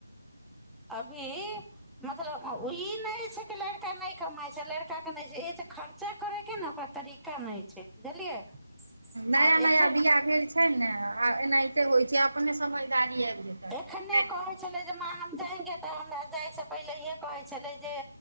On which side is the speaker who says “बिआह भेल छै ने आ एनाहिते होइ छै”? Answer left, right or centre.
Right